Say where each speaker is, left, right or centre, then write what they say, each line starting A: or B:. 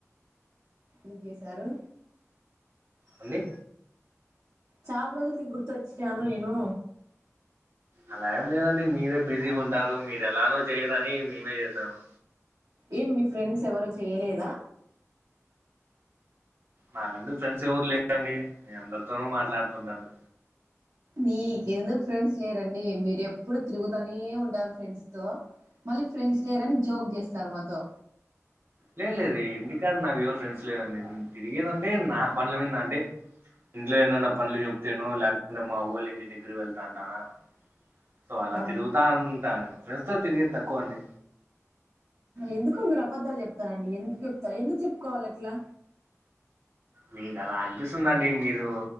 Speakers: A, on the right; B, on the right.
A: ఏం చేశారు
B: అండి
A: చాల రోజులకి గుర్తు వచ్చాను నేను
B: అలా ఏం లేదండి మీరే బిజీగా ఉంటారు మీరు ఎలానో చేయరని మేమే చేసాము
A: ఏం మీ ఫ్రెండ్స్ ఎవ్వరు చేయ్యలేదా
B: నాకంటూ ఫ్రెండ్స్ ఎవరు లేరండి మీ అందరితోనూ మాట్లాడుతుంటాను
A: నీకెందుకు ఫ్రెండ్స్ లేరండి మీరు ఎప్పుడు తిరుగుతనే ఉంటారు ఫ్రెండ్స్ తో మళ్ళీ ఫ్రెండ్స్ లేరని జోక్ చేస్తారు మాతో
B: లేదు లేదు ఇంటి కాదు నాకు ఎవరు ఫ్రెండ్స్ లేదండి తిరిగేదంటే నా పడ్ల మీద అంటే ఇంట్లో ఏమన్నా పనులు చెప్తేనో లేకుంటే మా ఊళ ఇంటి దగ్గర వెళ్తా అంటానా సో అలా
A: ఆ,
B: తిరుగుతా ఉంటాం ఫ్రెండ్స్ తో తిరిగేది తక్కువ అండి
A: ఎందుకు మీరు అబద్ధాలు చెప్తారండి ఎందుకు చెప్తారు ఎందుకు చెప్పుకోవాలి అట్లా
B: మీకు అలా అనిపిస్తుందండి మీరు